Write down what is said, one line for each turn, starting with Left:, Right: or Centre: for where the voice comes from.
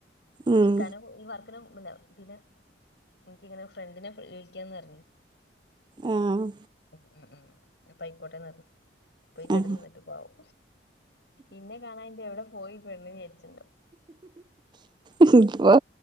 Right: ഉം
Left: നിക്കാനും ഈ വർക്കിനും പിന്നെ പിന്നെ എനിക്കിങ്ങനെ ഫ്രണ്ടിനെ വിളിക്കാന്ന് പറഞ്ഞു
Right: ആഹ്
Left: ഉം ഉം ഉം പൈക്കോട്ടെന്ന് പോയി കിടന്നിട്ടും
Right: ആഹ്
Left: പാവം. ഇന്നെ കാണാഞ്ഞ് എവിടെ പോയി പെണ്ണുന്ന് വിചാരിച്ചിണ്ട
Right: ഇപ്പൊ